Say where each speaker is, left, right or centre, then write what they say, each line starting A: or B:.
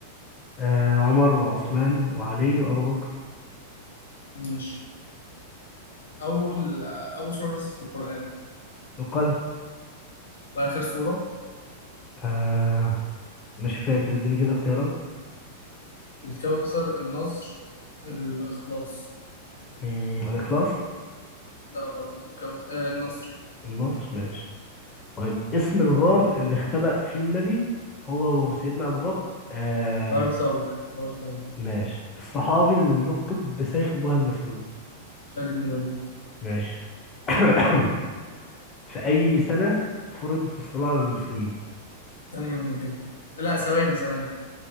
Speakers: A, on the left; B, on the left.
A: آه عمر وعثمان وعلي وأبو بكر
B: ماشي أول آه، أول سورة نزلت في القرآن
A: القلم
B: وآخر سورة
A: آه مش فاكر اديني كده اختيارات
B: الكوثر النصر الإخلاص
A: مم، الإخلاص
B: لا غلط الكوثر آه النصر
A: النصر ماشي طيب اسم الغار اللي اختبأ فيه النبي هو وسيدنا أبو بكر آه
B: غرثور غرثور
A: ماشي الصحابي اللي لقب بسيف الله المسلول
B: خالد بن الوليد
A: ماشي <coughs> <clears throat> في أي سنة فرضت الصلاة على المسلمين
B: تانية من الهجرة لا ثواني ثواني